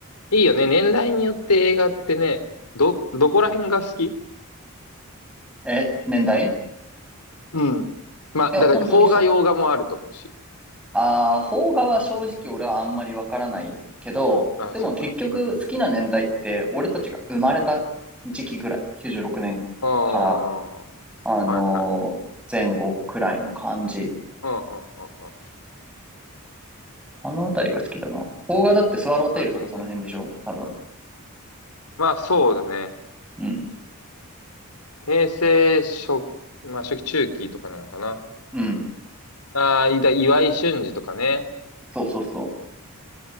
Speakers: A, on the left; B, in the centre.
A: いいよね。年代によって映画ってね、ど、どこら辺が好き
B: え、年代
A: うん。まあ、
B: いや、
A: だから、
B: 本当にそ、
A: 邦画、洋画もあると思うし。
B: ああ、邦画は正直俺はあんまりわからないけど、
A: ああ、
B: でも結局好きな年代って俺たちが生まれた時期ぐらい、
A: そっか。うん。
B: 96年から、
A: ああ、は
B: あのー前後くらいの感じ。
A: いはいはい。うんうんうんうん。
B: あのあたりが好きだな。邦画だってスワローテイルとかその辺でしょ多分。
A: なるほどね。まあ、そうだね。
B: うん。
A: 平成初、まあ、初期中期とかなのかな。
B: うん。
A: ああ、いだ、岩井俊二とかね。
B: そうそうそ